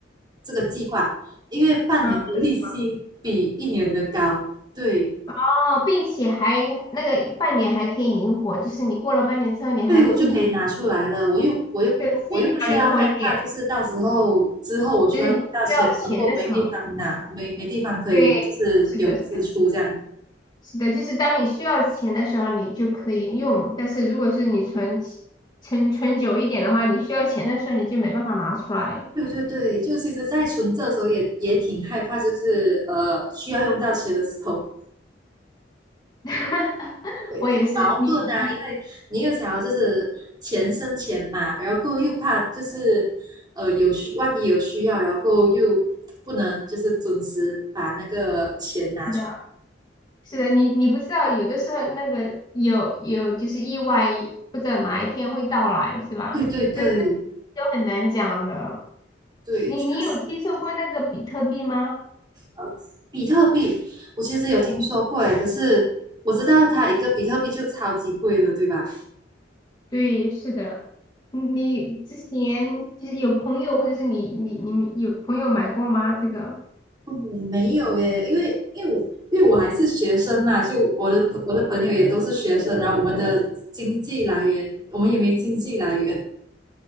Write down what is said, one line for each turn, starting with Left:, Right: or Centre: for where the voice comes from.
Right: 这个计划，因为半年的利息比一年的高，
Left: 嗯，不行
Right: 对
Left: 哦，并且还那个半年还可以灵活，就是你过了半年之后，你还可以就
Right: 对，我就可以拿出来了。我又我又不我又不需要害怕，
Left: 就心比较灵活一点，
Right: 就是到时候之后我需要用到钱，
Left: 就是你需要钱的时候，
Right: 如果没地方拿，没没地方可以，
Left: 对，
Right: 就是有支出这样。
Left: 是的，是的，是的，就是当你需要钱的时候，你就可以用，但是如果是你存存存久一点的话，你需要钱的时候你就没办法拿出来。
Right: 对对对，就其实，在存这的时候也也挺害怕，就是呃，需要用到钱的时候
Left: <laughs>
Right: 会比较矛盾啊，
Left: 我也是，你你
Right: 因为你又想要就是钱生钱嘛，然后过后又怕就是呃有需，万一有需要，然后过后又不能就是准时把那个钱拿出。
Left: 是的，是的，你你不知道，有的时候那个有有就是意外，不知道哪一天会到来，是吧？
Right: 对对对
Left: 这就很难讲的。
Right: 对，
Left: 你你有听说过那个比特币吗？
Right: 确实，呃，比特币我其实有听说过诶，可是我知道它一个比特币就超级贵了，对吧？
Left: 对，是的。你你之前就是有朋友或者是你你你们有朋友买过吗？这个？
Right: 哦，没有耶，因为因为我因为我还是学生嘛，就我的我的朋友也都是学生，然后我们的经济来源，我们也没经济来源。